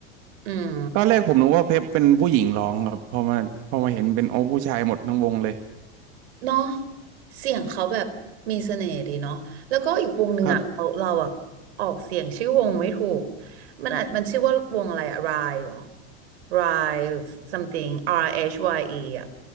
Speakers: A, on the right; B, on the right.
A: อืม
B: ตอนแรกผมนึกว่าเพลปเป็นผู้หญิงร้องครับพอมาพอมาเห็นเป็นโอ้ผู้ชายหมดทั้งวงเลย
A: เนาะเสียงเขาแบบมีเสน่ห์ดีเนาะแล้วก็อีกวงหนึ่งอ่ะเราเราอ่ะ
B: ครับ
A: ออกเสียงชื่อวงไม่ถูกมันอาะมันชื่อว่าวงอะไรอะรายเหรอรายหรือ something R H Y E อชวายอีอ่ะ